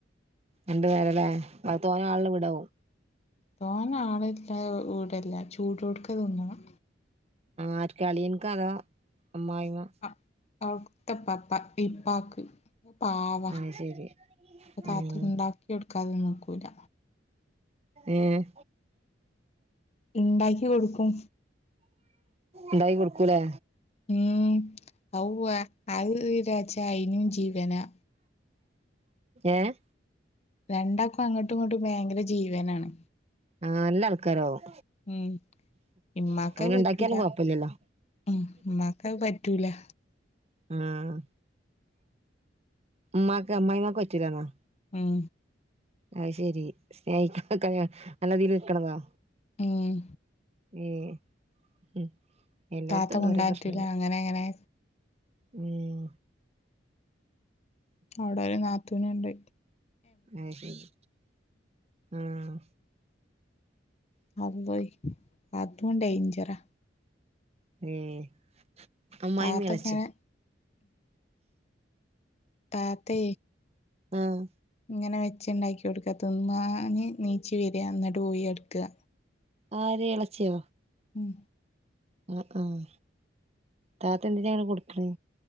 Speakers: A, on the right (about 35°); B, on the left (about 35°).
A: രണ്ടു പേരടെ അഹ് തോനെ ആള്ളെ വിടാവോ
B: തോനെ ആളെ ട്ട്വോ വീടല്ല ചൂടോട്ക്കെ തിന്നണം
A: ആര്ക്കാ അളിയൻക്കാ അതോ അമ്മായിമ്മ
B: അഹ അവിട് ത്തെ ഇപ്പ ഇപ്പാ പ്പീ പാക്ക് പാവ
A: അത് ശരി
B: താത്ത
A: ഉം
B: ഇണ്ടാക്കി എടുക്കാതെന്നും നിക്കൂല
A: ഏഹ്
B: ഇണ്ടാക്കി കൊടുക്കും.
A: ണ്ടാക്കി കൊട്ക്കുലേ
B: ഉം അവ് അവ് വിരാച്ച അയിനും ജീവനാ
A: ഏഹ്
B: രണ്ടാക്കും അങ്ങട്ടും ഇങ്ങട്ടും ഭെയെങ്കെര ജീവനാണ്
A: ആഹ് ല്ല ആൾക്കാരാവും
B: ഉം ഇമ്മാക്കത്
A: അപ്പ പിന്നെ
B: പറ്റൂല
A: ണ്ടാക്ക്യാലും കൊഴ്പ്പല്ല്യല്ലോ
B: ഉം മ്മാക്കത് പറ്റൂലാ
A: ആഹ് മ്മാക് അമ്മായ്മ്മാക്ക് പറ്റൂലാന്നാേ
B: ഉം
A: അത് ശെരി സ്നേഹിക്ക്ണ <unintelligible> നല്ലതീല് ന്ക്ക്ണതോ
B: ഊം
A: ഏഹ് ഉം എല്ലോട്ത്തുണ്ട്
B: താത്ത മുണ്ടാൻ
A: ഓരോ പ്രശ്നങ്ങള്
B: പറ്റൂല അങ്ങനെ അങ്ങനെ
A: ഊം
B: അവ്ടൊര് നാത്തൂന്ണ്ട്
A: അയ്ശെരി ആഹ്
B: അള്ളോയ് അതും ഡെയ്ജെറാ
A: ഏഹ് അമ്മായ്മ്മിം
B: താത്ത
A: എളെച്ച്യും
B: ഇങ്ങനെ താത്തേ
A: ആഹ്
B: ഇങ്ങെനെ വെ വെച്ച്ണ്ടാക്കി കൊട്ക്ക ത്ന്നാന് നീച്ച് വെരാ ന്നെട്ട് പോയെട്ക്കാ
A: ആര് എളെച്ച്യോ
B: ഉം
A: അഹ് ആഹ് താത്ത എന്തിനാ ങ്ങെനെ കൊട്ക്ക്‌ണെ